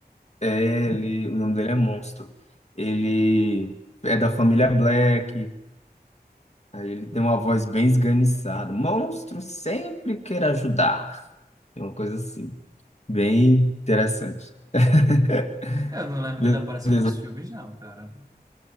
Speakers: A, on the left (about 40°); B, on the right (about 20°).
A: É, ele, o nome dele é Monstro. Ele é da família Black. Aí ele tem uma voz bem esganiçada. Monstro sempre quer ajudar. É uma coisa assim, bem interessante. <laughs>
B: Eu não lembro
A: Meu
B: dele aparecer
A: Deus.
B: nos filmes, não, cara.